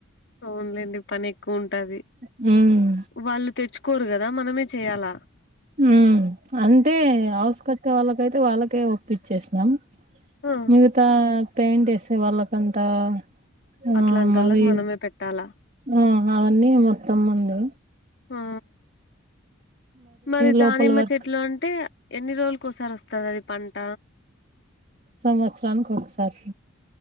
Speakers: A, on the left; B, on the right.
A: అవునులేండి పని ఎక్కువ ఉంటది
B: హ్మ్
A: వాళ్ళు తెచ్చుకోరు కదా మనమే చెయ్యాల
B: ఉమ్ అంటే హౌస్ కట్టే వాళ్ళకయితే వాళ్ళకే ఒప్పించ్చేస్తం
A: ఆ
B: మిగతా పెయింట్ వేసే వాళ్ళకంటా ఆ
A: అట్లాంటోళ్ళకి
B: మరి
A: మనమే పెట్టాలా?
B: ఆ అవన్నీ మొత్తం ఉంది
A: ఆ మరి
B: లోపల
A: దానిమ్మ
B: వర్క్
A: చెట్లు అంటే ఎన్ని రోలు కోసారి వస్తాదది పంట
B: సంవత్సరానికి ఒకసారి